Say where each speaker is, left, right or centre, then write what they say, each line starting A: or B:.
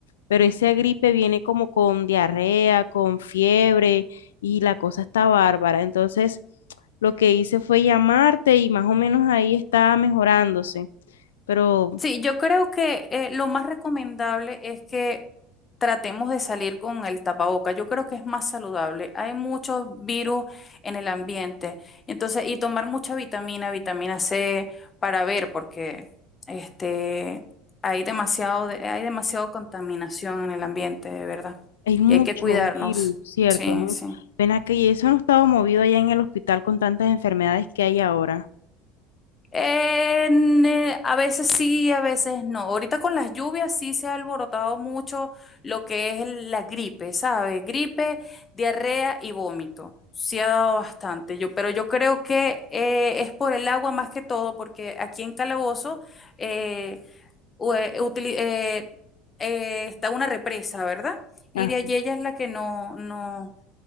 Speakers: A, on the left (about 75°); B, on the left (about 30°).
A: pero esa gripe viene como con diarrea, con fiebre y la cosa está bárbara. Entonces, lo que hice fue llamarte y más o menos ahí está mejorándose. Pero
B: Sí, yo creo que eh, lo más recomendable es que tratemos de salir con el tapaboca. Yo creo que es más saludable. Hay muchos virus en el ambiente. Entonces, y tomar mucha vitamina, vitamina C para ver, porque este, hay demasiado, de- hay demasiado contaminación en el ambiente, de verdad.
A: Hay mucho
B: Y hay que cuidarnos.
A: virus, ¿cierto?
B: Sí,
A: Mucho.
B: sí.
A: Ven acá, y eso no estaba movido allá en el hospital con tantas enfermedades que hay ahora.
B: En, eh, a veces sí, a veces no. Ahorita con las lluvias sí se ha alborotado mucho lo que es el- la gripe, ¿sabes? Gripe, diarrea y vómito. Sí ha dado bastante, yo, pero yo creo que eh, es por el agua más que todo, porque aquí en Calabozo eh, u- eh, utili- eh, eh, está una represa, ¿verdad? Y
A: Ah,
B: de allí ella es la que no, no